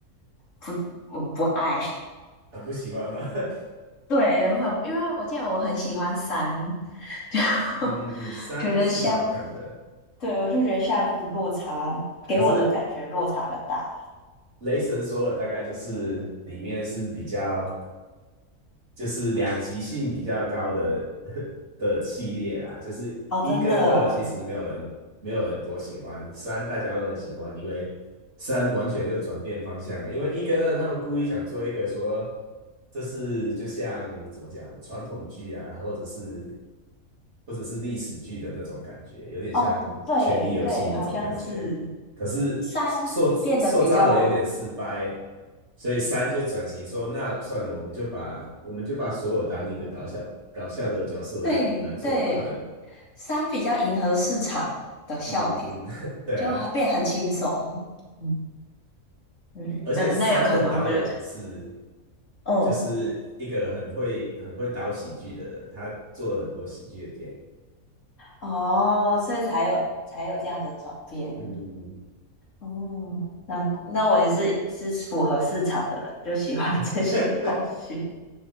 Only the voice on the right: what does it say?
很不喜欢吗？<laughs>
嗯，
三是蛮好看的，
可是雷神索尔大概就是里面是比较就是两极性比较高的 <laughs> 的系列啦，就是一跟二其实没有人没有人多喜欢，
三大家都很喜欢，因为三完全就转变方向了，因为一跟二他们故意想做一个说这是就像怎么讲传统剧啊，或者是或者是历史剧的那种感觉，有点像《权力游戏》那种感觉。
可是塑塑造的有点失败，
所以三就转型说，那算了，我们就把我们就把索尔当一个搞笑搞笑的角色来来做吧。
<laughs>
嗯嗯，<laughs> 对啊，
而且三的导演是
就是一个很会很会导喜剧的人，他做了很多喜剧的电影。
嗯，
<laughs>